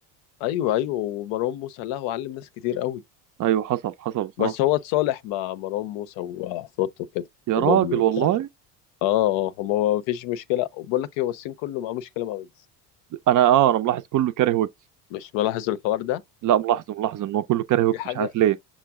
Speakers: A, on the left; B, on the right.
A: ايوه ايوه ومروان موسى لا هو علم ناس كتير قوي
B: ايوه حصل حصل بصراحه
A: بس هو اتصالح مع مروان موسى وعفروتو كده
B: يا
A: وبابلو
B: راجل
A: وبتاع
B: والله
A: اه اه هو ما فيش مشكله وبقول لك إيه، هو الصين كله معاه مشكله مع ويجز
B: انا اه انا ملاحظ كله كاره ويجز
A: مش ملاحظ الحوار ده
B: لا ملاحظه ملاحظه ان هو كله كاره ويجز
A: دي حاجه
B: مش عارف ليه